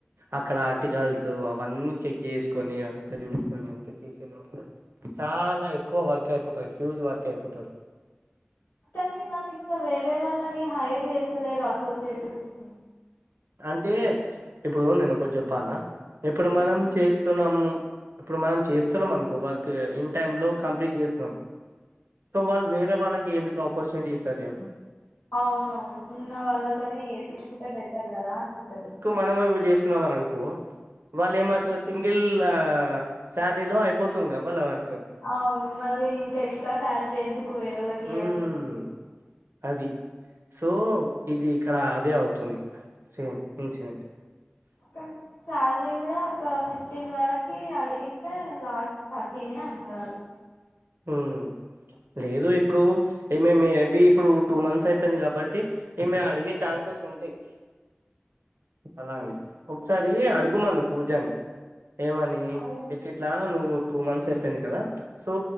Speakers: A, on the right (about 70°); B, on the left (about 65°).
A: అక్కడ ఆర్టికల్స్ అవన్నీ చెక్ జేసుకొని అంత చూసుకొని అంత చేసే లొ చాలా ఎక్కువ వర్క్ అయిపోతది ఫ్యూజ్ వర్క్ అయిపోతది
B: కనీ వాళ్ళు ఇంకా వేరే వాళ్ళని హైర్ జెస్తలేరు అసోసియేటివ్స్ ని
A: అంటే ఇప్పుడు నేను ఒకట్ జెప్పాల్ న ఇప్పుడు మనం
B: ఉమ్
A: చేస్తున్నాము ఇప్పుడు మనం చేస్తున్నాం అనుకో వర్క్ ఇన్ టైమ్ లో
B: ఉమ్.
A: కంప్లీట్ జేస్తున్నాం సో వాళ్ళు వేరే వాళ్ళకీ యెందుకు ఆపర్చునిటీ ఇస్తారు జెప్పు
B: అవును అవును ఉన్న వాళ్ళతోనే యేపిచ్చుకుంటది బెటర్ గదా అనుకుంటరు
A: మనము ఇవ్వి జేస్తున్నామనన్కో వాళ్లేమైపో సింగిల్ ఆ సాల్రీలో అయిపోతుందిగద వాళ్ళ వర్కు
B: ఆవును మళ్ళీ ఇంకా ఎక్స్ట్రా సాల్రీ ఎందుకు వేరోళ్ళకియ్యడం
A: ఉమ్
B: అన్ జెప్పేసి
A: అది సో ఇది ఇక్కడా అదే అవుతుంది సేమ్ ఇన్సిడెంట్
B: కన్ సాల్రీ గుడా ఒక్క ఫిఫ్టీన్ వరకీ అడిగితే లాస్ట్ థర్టీనే అన్నరాల్లు
A: ఉమ్ లేదూ ఇప్పుడూ ఏమేమేబీ ఇప్పుడూ టూ మంత్స్ అయిపెయింది గాబట్టి ఈమె అడిగే ఛాన్సెస్ ఉంటయ్ అలా అని ఒక్సరీ అడుగుమను పూజాని ఏమని
B: అదే
A: ఇట్లిట్లా నువ్వు టూ మంత్స్ అయిపెయింది గదా సో